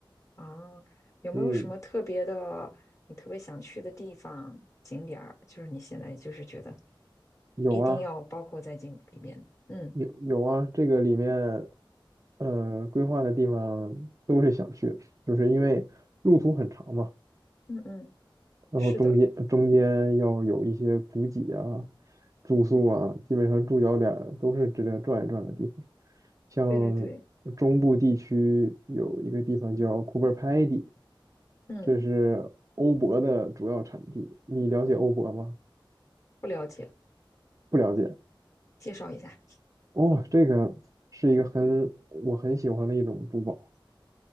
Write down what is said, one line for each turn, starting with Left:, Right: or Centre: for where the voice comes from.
Left: 啊，有没有什么特别的，
Right: 嗯，
Left: 你特别想去的地方、景点儿？就是你现在就是觉得
Right: 有啊。
Left: 一定要包括在进里面。嗯
Right: 有有啊，这个里面，呃，规划的地方都是想去的，就是因为路途很长嘛，
Left: 嗯嗯，
Right: 然后中间中间要有一些补给啊、
Left: 是的，
Right: 住宿啊，基本上住脚点儿都是值得转一转的地方。像中部地区有一个地方叫库珀拍迪，
Left: 对对对，嗯，
Right: 这是欧泊的主要产地。你了解欧泊吗？
Left: 不了解，
Right: 不了解。
Left: 介绍一下。
Right: 哦，这个是一个很我很喜欢的一种珠宝。